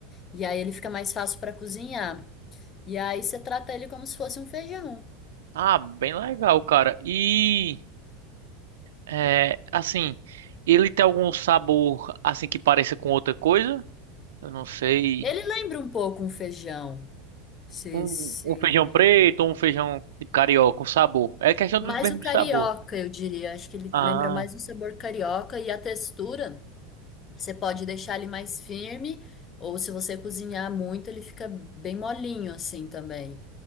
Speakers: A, on the left; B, on the right.
A: E aí ele fica mais fácil para cozinhar. E aí você trata ele como se fosse um feijão.
B: Ah, bem legal, cara. E, é, assim, ele tem algum sabor, assim, que pareça com outra coisa? Eu não sei.
A: Ele lembra um pouco um feijão. Se,
B: Um,
A: se...
B: um feijão preto ou um feijão de carioca, com sabor. É questão
A: Mais
B: do mesmo
A: o carioca,
B: de sabor.
A: eu diria. Acho que ele
B: Ah,
A: lembra mais o sabor carioca e a textura. Você pode deixar ele mais firme, ou se você cozinhar muito, ele fica bem molinho assim também.